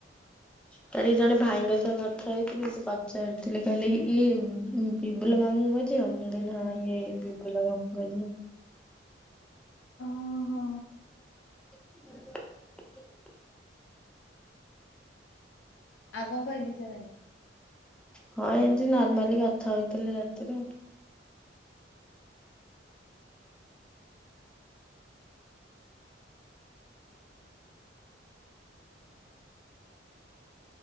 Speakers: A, in the centre; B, on the left.
A: କାଲି ଜଣେ ଭାଇଙ୍କ ସହ କଥା ହେଇଥିଲି ସେ ପଚାରିଥିଲେ କହିଲେ କି ଇଏ ବିବୁଲ ମୁଁ ଙ୍କ ଝିଅ ମୁଁ କହିଲି ହଁ ଏଇ ବିବୁଲୁ ଙ୍କ ଝିଅ।
B: ଓ ହୋ।
A: <inaudible>
B: ଆଉ କଣ କହିଲେ ସେ ଭାଇ?
A: ହଁ ଏମିତି ନର୍ମାଲି କଥା ହଉଥିଲୁ ରାତିରେ। <inaudible> <inaudible>